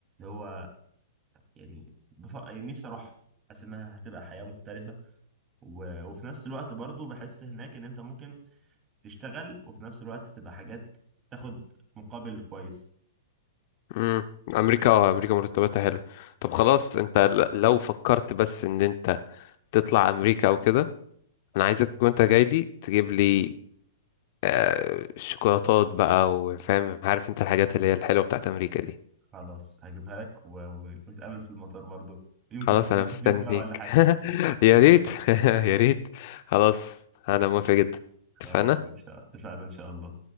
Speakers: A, on the right; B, on the left.
A: هو يعني بف... يعني نفسي اروح حاسس انها هتبقى حياة مختلفة و... وفي نفس الوقت برضو بحس هناك ان انت ممكن تشتغل وفي نفس الوقت تبقى حاجات تاخد مقابل كويس
B: امم امريكا اه امريكا مرتباتها حلو طب خلاص انت ل- لو فكرت بس ان انت تطلع امريكا او كده انا عايزك وانت جاي لي تجيب لي آه شوكولاتات بقى وفاهم عارف انت الحاجات اللي هي الحلوه بتاعت امريكا دي
A: خلاص هجيبها لك و- ونتقابل في المطار برضو يمكن
B: خلاص انا
A: نتكلم
B: مستنيك
A: سوا ولا حاجة
B: <laughs> يا ريت <laughs> يا ريت خلاص انا موافق جدا
A: خلاص
B: اتفقنا
A: إن شاء الله، اتفقنا إن شاء الله